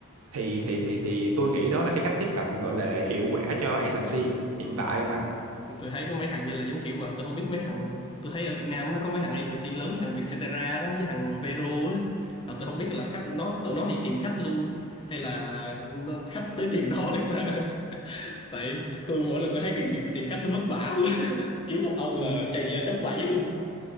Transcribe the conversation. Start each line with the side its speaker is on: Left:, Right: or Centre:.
Right: thì thì thì thì tôi nghĩ đó là cái cách tiếp cận gọi là hiệu quả cho agency hiện
Left: Ừ.
Right: tại không à
Left: tôi thấy có mấy thằng như là giống kiểu mà tôi không biết mấy thằng tôi thấy ở Việt Nam nó có mấy thằng agency lớn như thằng Vietcetera đó với thằng Vero á là tôi không biết là khách nó tụi nó đi tìm khách luôn hay là nó- khách tới tìm nó được ta <laughs> tại tôi mỗi lần tôi thấy cái việc tìm khách nó vất vả quá <laughs> kiểu một ông
Right: ừ
Left: là chày da tróc vẫy luôn